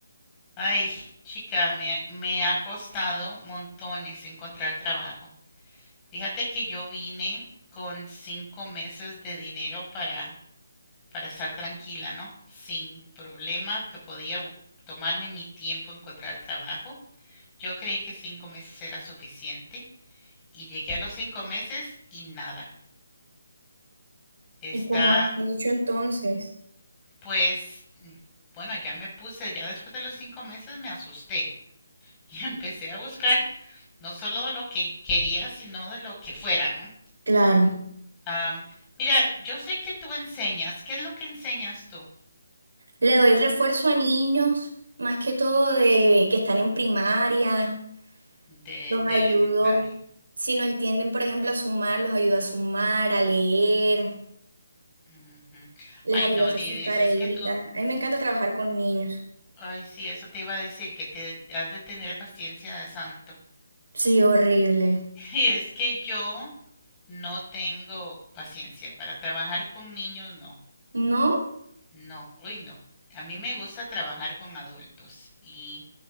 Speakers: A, on the left; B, on the right.
A: Ay, chica, me, me ha costado montones encontrar trabajo. Fíjate que yo vine con cinco meses de dinero para, para estar tranquila, ¿no? Sin problema, que podía bu- tomarme mi tiempo encontrar trabajo. Yo creí que cinco meses era suficiente y llegué a los cinco meses y nada. Está
B: ¿Y cómo has hecho entonces?
A: Pues, mm, bueno, ya me puse, ya después de los cinco meses me asusté y <laughs> empecé a buscar no solo de lo que quería, sino de lo que fuera, ¿no?
B: Claro,
A: Am, mira, yo sé que tú enseñas, ¿qué es lo que enseñas tú
B: le doy refuerzo a niños, más que todo de que están en primaria,
A: de,
B: los
A: de
B: ayudo,
A: elementaria?
B: si no entienden, por ejemplo, a sumar, los ayudo a sumar, a leer,
A: Ujú.
B: les
A: Ay,
B: ayudo
A: no,
B: a hacer
A: Lidis,
B: sus tareitas.
A: es que tú,
B: A mí me encanta trabajar con niños.
A: ay, sí, eso te iba a decir, que te has de tener paciencia de santo.
B: Sí, horrible.
A: <laughs> Y es que yo no tengo paciencia para trabajar con niños, no.
B: ¿No?
A: No, uy, no. A mí me gusta trabajar con adultos y,